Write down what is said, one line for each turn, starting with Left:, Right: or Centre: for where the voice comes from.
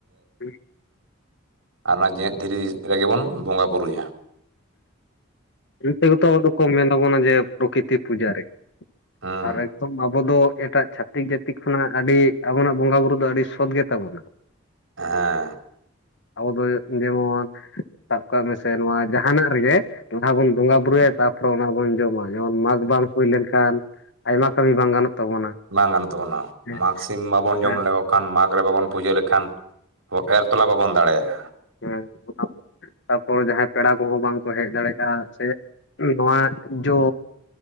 Left: <inaudible>
Right: ᱟᱨ ᱚᱱᱟ ᱡᱮᱣᱸᱮᱫ ᱫᱷᱤᱨᱤ ᱨᱮᱜᱮ ᱵᱚᱱ ᱵᱚᱸᱜᱟ ᱵᱩᱨᱩᱭᱟ
Left: ᱚᱱᱛᱮᱜᱚᱛᱚ ᱟᱵᱚ ᱫᱚᱠᱚ ᱢᱮᱱ ᱛᱟᱵᱚᱱᱟ ᱡᱮ ᱯᱨᱚᱠᱤᱛᱤ ᱯᱩᱡᱟᱨᱤ
Right: ᱦᱩᱸ
Left: ᱟᱨ ᱮᱠᱫᱚᱢ ᱟᱵᱚ ᱫᱚ ᱮᱴᱟᱜ ᱪᱷᱟᱹᱛᱤᱠ ᱡᱟᱹᱛ ᱛᱤᱠ ᱠᱷᱚᱱᱟᱜ ᱟᱹᱰᱤ ᱟᱵᱚᱱᱟᱜ ᱵᱚᱸᱜᱟ ᱵᱩᱨᱩ ᱫᱚ ᱟᱹᱰᱤ ᱥᱚᱛ ᱜᱮᱛᱟᱵᱚᱱᱟ
Right: ᱦᱮᱸ
Left: ᱟᱵᱚ ᱫᱚ ᱡᱮᱢᱚᱱ ᱥᱟᱵ ᱠᱟᱜ ᱢᱮᱥᱮ ᱱᱚᱣᱟ ᱡᱟᱦᱟᱱᱟᱜ ᱨᱮᱜᱮ ᱞᱟᱦᱟ ᱵᱚᱱ ᱵᱚᱸᱜᱟ ᱵᱩᱨᱩᱭᱟ ᱛᱟᱯᱚᱨᱮ ᱚᱱᱟ ᱵᱚᱱ ᱡᱚᱢᱟ ᱡᱮᱢᱚᱱ ᱢᱟᱜᱽ ᱵᱟᱝ ᱦᱩᱭ ᱞᱮᱱᱠᱷᱟᱱ ᱟᱭᱢᱟ ᱠᱟᱹᱢᱤ ᱵᱟᱝ ᱜᱟᱱᱚᱜ ᱛᱟᱵᱚᱱᱟ
Right: ᱵᱟᱝ ᱜᱟᱱᱚᱜ ᱛᱟᱵᱚᱱᱟ
Left: ᱦᱮᱸ
Right: ᱢᱟᱜᱽ ᱥᱤᱢ ᱵᱟᱵᱚᱱ ᱡᱚᱢ
Left: ᱦᱮᱸ
Right: ᱞᱮᱠᱚ ᱠᱷᱟᱱ ᱢᱟᱜᱽ ᱨᱮ ᱵᱟᱵᱚᱱ ᱯᱩᱡᱟᱹ ᱞᱮᱠᱷᱟᱱ ᱮᱨ ᱛᱚᱞᱟ ᱵᱟᱵᱚᱱ ᱫᱟᱲᱮᱭᱟᱜᱼᱟ
Left: ᱦᱮᱸ ᱛᱟᱯᱚᱨ ᱡᱟᱦᱟᱸᱭ ᱯᱮᱲᱟ ᱠᱚᱦᱚᱸ ᱵᱟᱝᱠᱚ ᱦᱮᱡ ᱫᱟᱲᱮᱭᱟᱜᱼᱟ ᱥᱮ ᱱᱚᱣᱟ ᱡᱚ